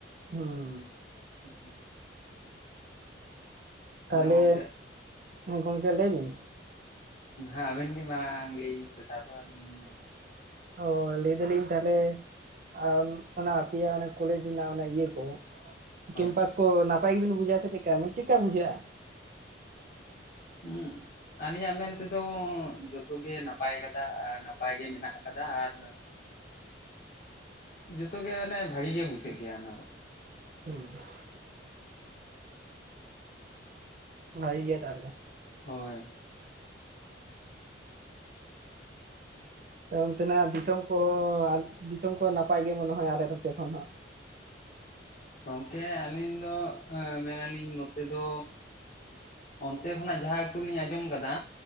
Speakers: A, on the right (about 45°); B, on the left (about 45°).
A: ᱦᱩᱸ
B: <inaudible> ᱛᱟᱦᱚᱞᱮ
A: ᱛᱟᱦᱞᱮ
B: ᱜᱚᱝᱠᱮ
A: ᱜᱚᱝᱠᱮ ᱞᱟᱹᱭ ᱵᱤᱱ
B: ᱦᱮ ᱟᱵᱮᱱ ᱜᱮ ᱢᱟᱲᱟᱝ ᱞᱟᱹᱭᱵᱤᱱ ᱥᱮ ᱛᱟᱨᱯᱚᱨ ᱟᱞᱤᱧ ᱞᱤᱧ ᱢᱮᱱᱫᱟ
A: ᱚ ᱞᱟᱹᱭ ᱫᱟᱞᱤᱧ ᱛᱟᱦᱞᱮ ᱟ ᱚᱱᱟ ᱟᱯᱮᱭᱟᱜ ᱚᱱᱟ ᱠᱚᱞᱮᱡᱽ ᱨᱮᱱᱟᱜ ᱚᱱᱟ ᱤᱭᱟᱹ ᱠᱚ
B: ᱦᱳᱭ
A: ᱠᱮᱢᱯᱟᱥ ᱠᱚ ᱱᱟᱯᱟᱭ ᱜᱮᱵᱤᱱ ᱵᱩᱡᱟ ᱥᱮ ᱪᱮᱫᱠᱟ ᱢᱟᱱᱮ ᱪᱮᱫᱠᱟ ᱵᱩᱡᱷᱟᱹᱜᱼᱟ
B: ᱦᱩᱸ ᱟᱹᱞᱤᱧᱟᱜ ᱢᱮᱱ ᱛᱮᱫᱚ ᱡᱚᱛᱚᱜᱮ ᱱᱟᱯᱟᱭ ᱠᱟᱫᱟ ᱟᱨ ᱱᱟᱯᱟᱭ ᱜᱮ ᱢᱮᱱᱟᱜ ᱟᱠᱟᱫᱟ ᱟᱨ ᱡᱚᱛᱚ ᱜᱮ ᱢᱟᱱᱮ ᱵᱷᱟᱜᱮ ᱜᱮ ᱵᱩᱡᱷᱟᱹᱜ ᱜᱮᱭᱟ ᱚᱱᱟ ᱫᱚ
A: <unintelligible> ᱵᱷᱟᱜᱮ ᱜᱮ ᱛᱟᱦᱞᱮ
B: ᱦᱳᱭ
A: ᱛᱚ ᱚᱱᱛᱮᱱᱟᱜ ᱫᱤᱥᱚᱢ ᱠᱚ ᱫᱤᱥᱚᱢ ᱠᱚ ᱱᱟᱯᱟᱭ ᱜᱮ ᱢᱚᱱᱮᱦᱚᱭ ᱟᱞᱮ ᱱᱚᱛᱮ ᱠᱷᱚᱱ ᱦᱚᱸ
B: ᱜᱚᱝᱠᱮ ᱟᱹᱞᱤᱧ ᱫᱚ ᱢᱮᱱᱟᱞᱤᱧ ᱱᱚᱛᱮ ᱫᱚ ᱚᱱᱛᱮ ᱠᱷᱚᱱᱟᱜ ᱡᱟᱦᱟᱸ ᱮᱠᱴᱩ ᱞᱤᱧ ᱟᱸᱡᱚᱢ ᱠᱟᱫᱟ